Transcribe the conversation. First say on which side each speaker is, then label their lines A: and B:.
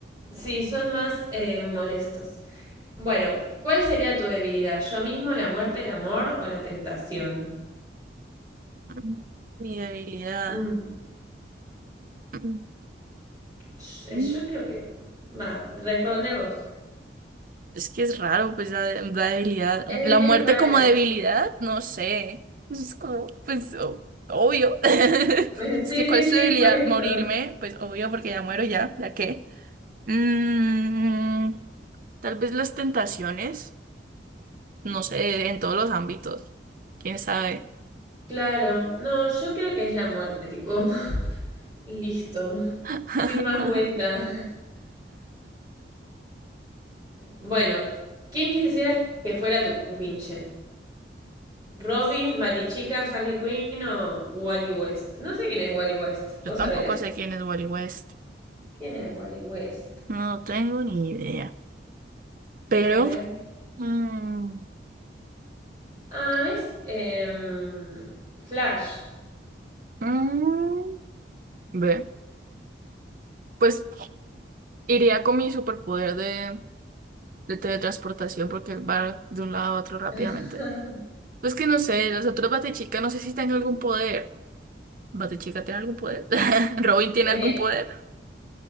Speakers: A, on the right; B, on the right.
A: sí, son más eh, molestos. Bueno, ¿cuál sería tu debilidad? ¿Yo mismo, la muerte, el amor o la tentación?
B: Mm, Mi debilidad.
A: Mm,
B: Mm.
A: sh- eh,
B: mm.
A: Yo, creo que... Va, responde vos.
B: Es que es raro, pues la, la debilidad,
A: Es,
B: la
A: es
B: muerte
A: rara.
B: como debilidad, no sé. Pues, Es como, pues, o- obvio. <laughs>
A: Eh,
B: Es
A: Sí,
B: que,
A: sí,
B: ¿cuál es
A: sí,
B: tu debilidad?
A: por esto.
B: Morirme, pues, obvio, porque ya muero ya, ¿ya qué? Mm, tal vez las tentaciones, no sé, en todos los ámbitos, quién sabe.
A: Claro, no, yo creo que es la muerte, tipo, <laughs> listo,
B: <laughs>
A: sin más vuelta. Bueno, ¿quién quisieras que fuera tu compinche? ¿Robin, Matichica, Harley Quinn o Wally West? No sé quién es Wally West, ¿vos
B: Yo tampoco
A: sabés?
B: sé quién es Wally West,
A: ¿Quién es Wally West?
B: no tengo ni idea. Pero,
A: A ver.
B: mm,
A: Ah, es em, Flash.
B: mm, ve. Pues Iría con mi superpoder de, de teletransportación porque va de un lado a otro rápidamente.
A: <laughs>
B: Pues que no sé, los otros Batichica no sé si tienen algún poder. ¿Batichica tiene algún poder? <laughs> ¿Robin tiene
A: Eh,
B: algún poder?